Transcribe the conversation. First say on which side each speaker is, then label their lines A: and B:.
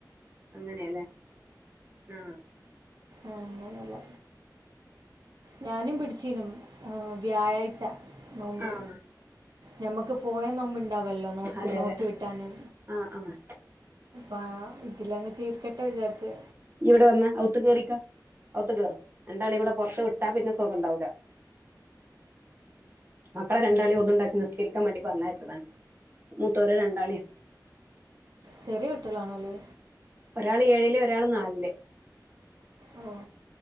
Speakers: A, on the right; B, on the right.
A: അങ്ങനെയല്ലേ ആ
B: ആ അങ്ങാനല്ല ഞാനും പിടിച്ചീനും വ്യാഴാഴ്ച നോമ്പ്
A: ആഹ്
B: ഞമ്മുക്ക് പോയ നോമ്പ് ഇണ്ടാവല്ലോ നോക്കി
A: അതെ
B: നോറ്റി
A: അതെ
B: വിട്ടാന
A: ആഹ് ആഹ്
B: അ ഇതിലങ്ങ് തീർക്കട്ടെ വിചാരിച്ച ച്
A: ഇവിടെ വന്ന ഔത്ത് കേറിക്ക ഔത്ത് കേറ രണ്ടാളി ഇവിടെ പുറത്ത് വിട്ടാ പിന്നെ സുഖ ഉണ്ടാവൂല്ല മക്കളെ രണ്ടാളി ഒന്നണ്ടാക്കി നിസ്കരിക്കാൻ വേണ്ടി പറഞ്ഞയച്ചതാണ് മൂത്തോര് രണ്ടാളേം
B: ചെറിയ കുട്ടികളാണ അല്ലേ
A: ഒരാള് ഏഴില് ഒരാള് നാലില്
B: ഓ